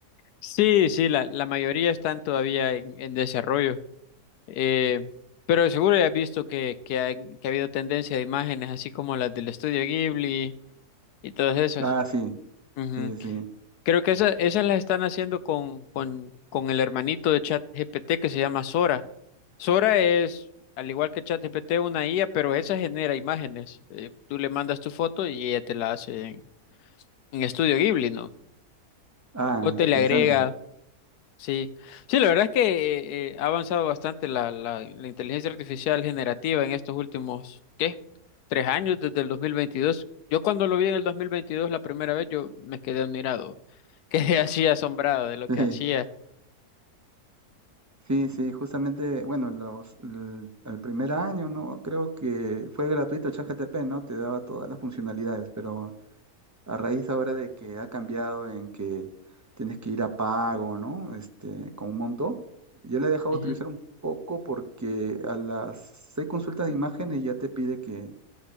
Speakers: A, on the left; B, on the right.
A: Sí, sí, la, la mayoría están todavía en, en desarrollo, eh, pero seguro ya has visto que, que, ha, que ha habido tendencia de imágenes así como las del estudio Ghibli y todas esas.
B: Ah, sí,
A: Ujú.
B: sí, sí.
A: Creo que esas, esas las están haciendo con, con, con el hermanito de ChatGPT que se llama Sora. Sora es, al igual que ChatGPT, una IA, pero esa genera imágenes. Eh, tú le mandas tu foto y ella te la hace en, en estudio Ghibli, ¿no?
B: Ah,
A: O te
B: interesante.
A: le agrega. Sí, sí, la verdad es que eh, eh, ha avanzado bastante la, la, la inteligencia artificial generativa en estos últimos, ¿qué? Tres años desde el 2022. Yo cuando lo vi en el 2022 la primera vez, yo me quedé admirado, <laughs> quedé así asombrado de
B: <laughs>
A: lo que hacía.
B: Sí, sí, sí, justamente, bueno, los, el, el primer año, ¿no? Creo que fue gratuito ChatGPT, ¿no? Te daba todas las funcionalidades, pero a raíz ahora de que ha cambiado en que tienes que ir a pago, ¿no? Este, con un monto, yo le he dejado
A: Ujú.
B: de utilizar un poco porque a las seis consultas de imágenes ya te pide que,